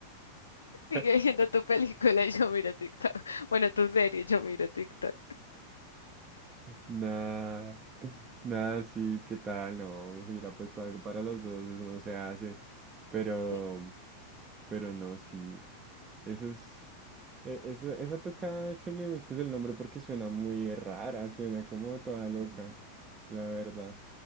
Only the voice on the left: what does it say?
sigue
viendo tu película y yo miro TikTok, <laughs> bueno, tu serie, y yo miro TikTok.
Y-